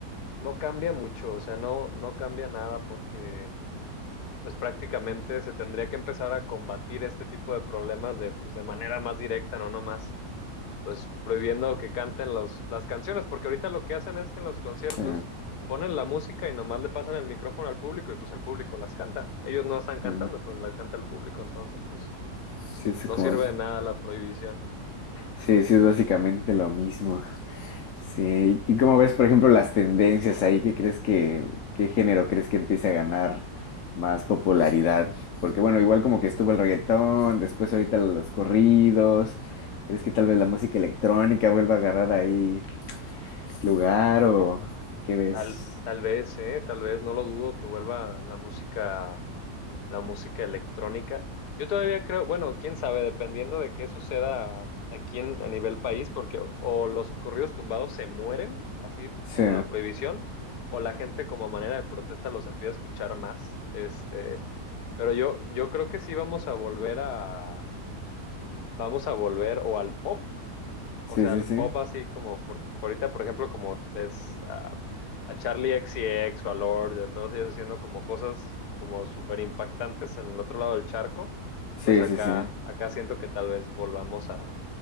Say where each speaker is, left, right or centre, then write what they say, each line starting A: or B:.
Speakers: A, on the left; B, on the left.
A: No cambia mucho, o sea, no, no cambia nada porque pues prácticamente se tendría que empezar a combatir este tipo de problemas de, pues, de manera más directa, no nomás, pues prohibiendo que canten los, las canciones, porque ahorita lo que hacen es que en los conciertos
B: Sí,
A: ponen la música y nomás le pasan el micrófono al público y pues el público las canta. Ellos no están cantando,
B: sí,
A: pero las canta el público, entonces pues
B: sí, es
A: no
B: como,
A: sirve de nada la prohibición.
B: sí, sí, es básicamente lo mismo. Sí, ¿y cómo ves, por ejemplo, las tendencias ahí? ¿Qué crees que, qué género crees que empiece a ganar más popularidad? Porque bueno, igual como que estuvo el reggaetón, después ahorita los corridos. ¿Crees que tal vez la música electrónica vuelva a agarrar ahí lugar o qué ves?
A: Tal, tal vez, eh, tal vez, no lo dudo que vuelva la música la música electrónica. Yo todavía creo, bueno, quién sabe, dependiendo de qué suceda aquí en- a nivel país, porque o o los corridos tumbados se mueren, así
B: Sí,
A: con la prohibición, o la gente como manera de protesta los empieza a escuchar más. Este, pero yo, yo creo que sí vamos a volver a, vamos a volver o al pop
B: sí,
A: o sea,
B: sí,
A: el
B: sí.
A: pop así como, por, por ahorita, por ejemplo, como ves a, a Charlie XCX o a Lord, a todos ellos haciendo como cosas como súper impactantes en el otro lado del charco,
B: Sí,
A: pues acá,
B: sí, sí.
A: acá siento que tal vez volvamos a,